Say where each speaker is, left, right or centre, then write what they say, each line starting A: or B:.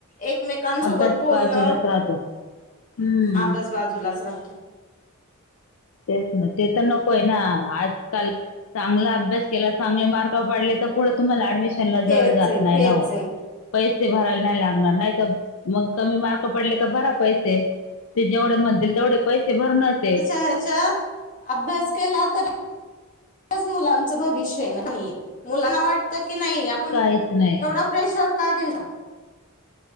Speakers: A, on the left; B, on the left.
A: एकमेकांसोबत
B: अभ्यास
A: बोलणं,
B: बाजूलाच राहतो हम्म
A: अभ्यास बाजूलाच राहतो.
B: तेच ना, ते तर नको हाय ना आजकाल चांगला अभ्यास केला चांगले मार्क पाडले तर पुढे तुम्हाला ऍडमिशन
A: तेच
B: जड जात
A: आहे
B: नाही.
A: तेच
B: ना ओ
A: आहे
B: पैसे भरावे नाही लागणार नाही तर, मग कमी मार्क पडले तर भरा पैसे ते जेवढे म्हणतील. तेवढे पैसे भरनच आहे.
A: च्यात अभ्यास केला तर, त्यातच मुलांचं भविष्य आहे मुलांना वाटतं की नाही, पण
B: काहीच नाही
A: एवढा प्रेशर का घ्यायला.